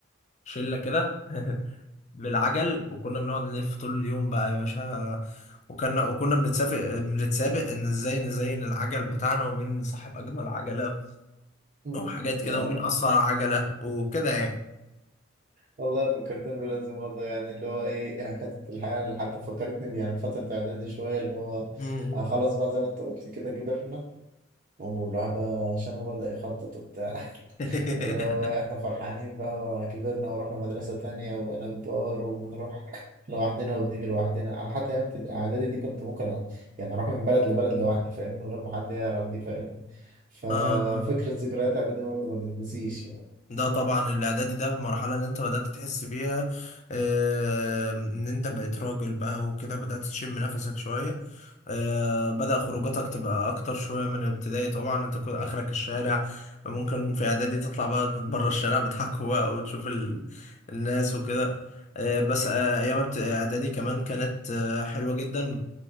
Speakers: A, on the left; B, on the right.
A: شله كده <laughs> بالعجل وكنا بنقعد نلف طول اليوم بقى يا باشا وكنا وكنا بنتسابق بنتسابق ان ازاي نزين العجل بتاعنا ومين صاحب اجمل عجله
B: مم.
A: وحاجات كده
B: يا.
A: ومين اسرع عجله وكده يعني
B: والله فكرتني بلازم موضوع يعني اللي هو ايه يعني حتة الحياة اللي حتى فكرتني بيه يعني في فترة إعدادي شوية اللي هو
A: مم.
B: آه خلاص بقى زي ما أنت قلت كده كبرنا والواحد بقى شنبه بدأ يخطط وبتاع
A: <laughs>
B: اللي هو بقى احنا فرحانين بقى وكبرنا ورحنا مدرسة تانية وبقينا كبار وبنروح لوحدنا وبنيجي لوحدنا انا حتى ايام ابتد- اعدادي دي كنت ممكن أ- يعني اروح من بلد لبلد لوحدي فاهمني من غير ما حد يعرف دي فاهمني ففكرة
A: اه
B: ذكريات اعدادي برضه ما تتنسيش
A: ده طبعا الاعدادي ده المرحله اللي انت بدات تحس بيها آه، ان انت بقيت راجل بقى وكده بدات تشم نفسك شويه آه، بدأ خروجاتك تبقى أكتر شوية من الابتدائي طبعا أنت كنت آخرك الشارع ممكن في إعدادي تطلع بقى بره الشارع بتحكوا بقى وتشوف ال... الناس وكده آه، بس آه، أيام ابت- إعدادي كمان كانت آه، حلوة جدا